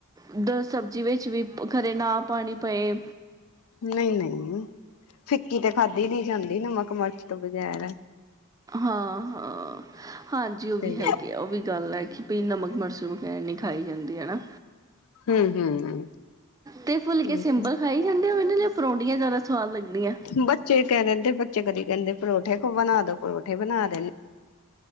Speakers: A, on the right; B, on the left.
A: ਦ ਸਬਜ਼ੀ ਵਿੱਚ ਵੀ ਖਰੇ ਨਾ ਪਾਣੀ ਪਏ
B: ਨਹੀਂ ਨਹੀਂ ਫਿੱਕੀ ਤੇ ਖਾਧੀ ਨੀ ਜਾਂਦੀ ਨਮਕ ਮਿਰਚ ਤੋਂ ਬਗੈਰ
A: ਹਾਂ ਹਾਂ ਹਾਂਜੀ ਉਹ ਵੀ
B: ਤੇ
A: ਹੈਗੇ ਆ ਉਹ ਵੀ ਗੱਲ ਹੈਗੀ ਕਿ ਨਮਕ ਮਰਚ ਵਗੈਰਾ ਨੀ ਖਾ ਖਾਈ ਜਾਂਦੀ ਹੈ ਨਾ
B: ਹੂੰ-ਹੂੰ
A: ਤੇ ਫੁਲਕੇ
B: ਉਹੀ
A: ਸਿੰਬਲ
B: ਤੇ
A: ਖਾਈ ਜਾਂਦੇ ਹੋਨ ਤੇ ਫਰੋਡੀਆਂ ਜ਼ਿਆਦਾ ਸਵਾਦ ਲੱਗਦੀਆਂ
B: ਬੱਚੇ ਕਹਿ ਦਿੰਦੇ ਬੱਚੇ ਕਦੀ ਕਹਿੰਦੇ ਪਰੌਠੇ ਬਣਾ ਦੋ ਪਰੌਂਠੇ ਬਣਾ ਦੋ